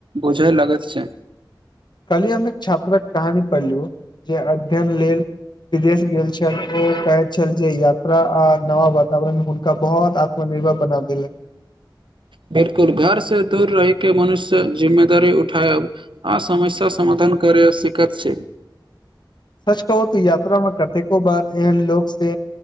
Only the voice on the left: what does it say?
कलिये हम एक छात्रक कहानी पढ़लिय जे अध्ययन लेल विदेश गेल छलै छल जे यात्रा आ नवा वातावरण हुनका बहुत आत्मनिर्भर बना देलनि
सच कहू तऽ यात्रामे कतेको बार एहन लोक से